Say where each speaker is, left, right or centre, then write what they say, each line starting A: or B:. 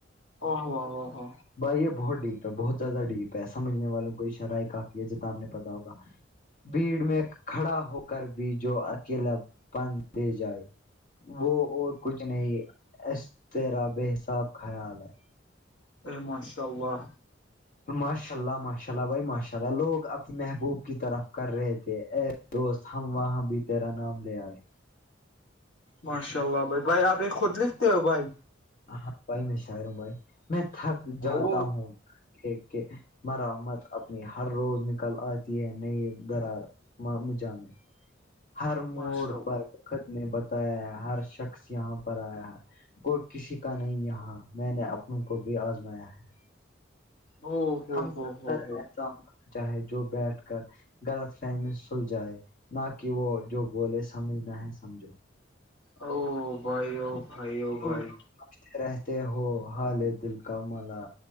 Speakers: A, on the left; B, on the left.
A: او ہوو ہو ہو
B: بھائی یہ بہت ڈیپ ہے بہت زیادہ ڈیپ ہے سمجھ والوں کو شرائ کافی ہے ج تو آپ نے پتا ہوگا بھیڑ میں کھڑا ہو کر بھی جو اکیلا بدھ دے جائے وہ اور کچھ نہیں اس تیرا بے حساب خیال ہے
A: ا ماشاء اللہ
B: ماشاء اللہ ماشالہ شا اللہ بھائی ماشاء اللہ لوگ اپنے محبوب کی طرف کر رہے تھے ایے دوست ہم وہاں بھی تیرا نام لے آئے
A: ماشاء اللہ بھائی بھائی آپ ایک خود لکھتے ہو بھائی
B: ہاں بھائی میں شاعر ہوں بھائی میں تھک جاتا
A: وہ
B: ہوں کہ مرمت اپنی ہر روز نکل آتی ہے نئی درار م مجام ہے ہر موڈ
A: ماشاء اللہ،
B: پر بکھد نے بتایا ہے ہر شخص یہاں پر آیا ہے کوئی کسی کا نہیں یہاں میں نے اپنوں کو بھی آزمایا ہے
A: او ہو
B: ہم
A: ہو
B: سب
A: ہو
B: سر
A: ہو
B: ایسا ہونا چاہے جو بیٹھ کر غلط فہمی سل جائے نہ کہ وہ جو بولے سمجھ نہ ہے سمجھو
A: او بھائی او بھائی او
B: کیوں
A: بھائی
B: سمجھتے رہتے ہو ہال دل کا مالا